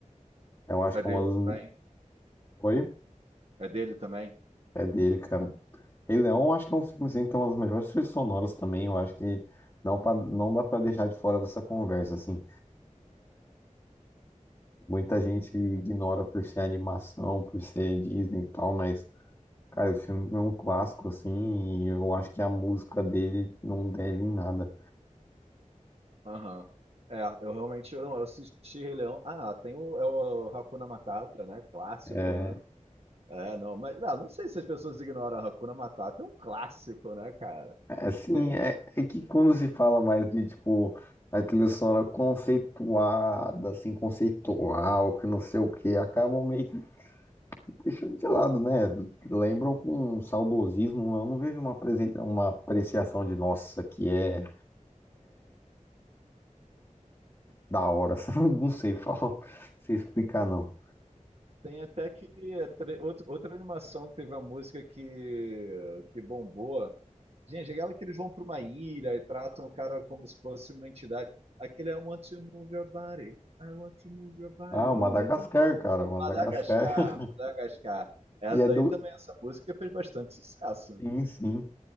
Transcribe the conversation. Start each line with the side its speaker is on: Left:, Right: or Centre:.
Left: Eu acho
Right: É
Left: que
Right: dele
Left: é uma das. me-
Right: também?
Left: Oi?
Right: É dele também?
Left: É dele, cara. Rei Leão, eu acho que é um filme, assim, que tem umas melhores trilhas sonoras também. Eu acho que não, pa- não dá pra deixar de fora dessa conversa, assim. Muita gente ignora por ser animação, por ser Disney e tal, mas, cara, o filme é um clássico, assim, e eu acho que a música dele não deve em nada.
Right: Aham. É, eu realmente eu não, eu assisti Rei Leão. Ah, tem o, é o Hakuna Matata, né? Clássico,
Left: É,
Right: né? É, não, mas ah, não sei se as pessoas ignoram a Hakuna Matata, é um clássico, né, cara?
Left: é, assim,
Right: Tem,
Left: é, é que quando se fala mais de, tipo, a trilha sonora conceituada, assim, conceitual, que não sei o que, acabam meio que deixando de lado, né? Lembram com um saudosismo, eu não vejo uma, apresen- uma apreciação de, nossa, que é da hora, <laughs> sabe? Não sei <laughs> falar, não sei explicar, não.
Right: tem até que outra, outra animação que teve a música que, que bombou. Gente, é aquela que eles vão para uma ilha e tratam o cara como se fosse uma entidade. Aquele é I want to move your body. I want to move your body.
Left: Ah,
Right: Move
Left: o Madagascar,
Right: it.
Left: cara, Madagascar.
Right: Madagascar,
Left: <laughs>
Right: Madagascar. Essa
Left: E é
Right: daí
Left: do.
Right: também, essa música fez bastante sucesso.
Left: Sim, sim.